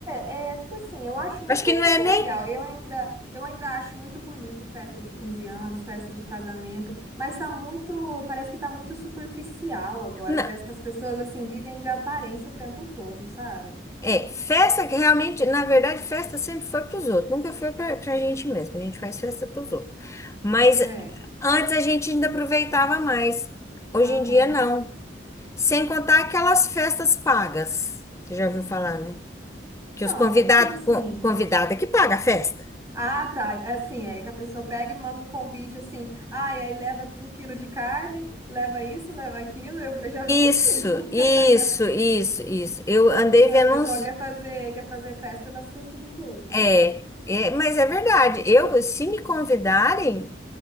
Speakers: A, on the right; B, on the left.
A: é, é tipo assim, eu acho muito,
B: Acho que não
A: muito
B: é nem
A: legal. Eu ainda, eu ainda acho muito bonito festa de 15 anos, festa de casamento, mas tá muito, parece que tá muito superficial agora.
B: não,
A: Parece que as pessoas assim vivem de aparência o tempo todo, sabe?
B: é festa que realmente, na verdade, festa sempre foi para os outros, nunca foi para a gente mesmo. A gente faz festa para os outros. Mas
A: É.
B: antes a gente ainda aproveitava mais. Hoje
A: Aham.
B: em dia não. Sem contar aquelas festas pagas. Você já ouviu falar, né? Que
A: Não,
B: os convidados,
A: como assim?
B: convidada que paga a festa.
A: Ah, tá. Assim, é que a pessoa pega e manda um convite assim, ah, e aí leva um quilo de carne, leva isso, leva aquilo. Eu, eu já vi assim.
B: Isso,
A: <laughs>
B: isso, isso, isso. Eu andei vendo
A: O pessoal
B: uns.
A: quer fazer, quer fazer festa nas custas dos outros.
B: É, é, mas é verdade. Eu, se me convidarem